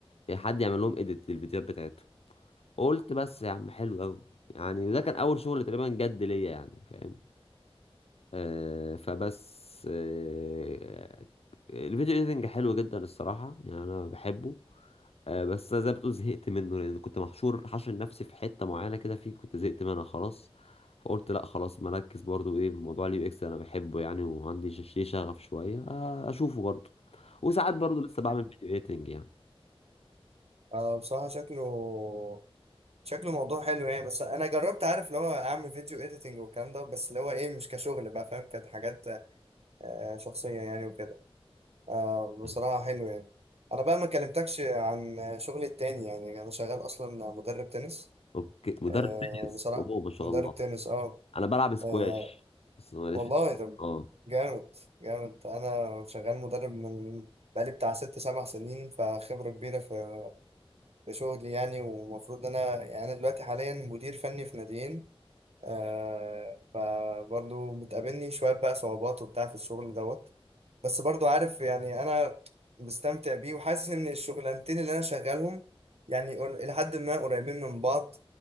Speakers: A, on the left; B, on the right.
A: حد يعمل لهم إديت للفيديوهات بتاعتهم قلت بس يا عم حلو قوي يعني وده كان اول شغل تقريبا جد ليا يعني فاهم آه فبس آه الفيديو ايديتنج حلو جدا الصراحه يعني انا بحبه آه بس زي ما بتقول زهقت منه لان كنت محشور حاشر نفسي في حته معينه كده فيه كنت زهقت منها خلاص فقلت لا خلاص مركز برضو ايه موضوع اليو اكس انا بحبه يعني وعندي ش- ليه شغف شويه آه اشوفه برضو وساعات برضو لسه بعمل
B: جامد.
A: فيديو ايديتنج يعني
B: اه بصراحة شكله شكله موضوع حلو يعني بس انا جربت عارف اللي هو اعمل فيديو اديتنج والكلام ده بس اللي هو ايه مش كشغل بقى فاهم كانت حاجات آه شخصية يعني وكده آه
A: م.
B: بصراحة حلو يعني انا بقى ما كلمتكش عن شغلي التاني يعني انا شغال اصلا مدرب تنس
A: اوكي مدرب
B: آه
A: تنس
B: بصراحة
A: اوه ما شاء
B: مدرب
A: الله
B: تنس اه
A: انا بلعب سكواش
B: آه
A: بس ماليش
B: والله
A: في
B: ده
A: اه
B: جامد جامد انا شغال مدرب من بقالي بتاع ست سبع سنين فخبرة كبيرة في في شغلي يعني ومفروض إن انا يعني انا دلوقتي حاليا مدير فني في ناديين آه فبرضه بتقابلني شوية بقى صعوبات وبتاع في الشغل دوت بس برضو عارف يعني انا مستمتع بيه وحاسس ان الشغلانتين اللي انا شغالهم يعني قر- لحد ما قريبين من بعض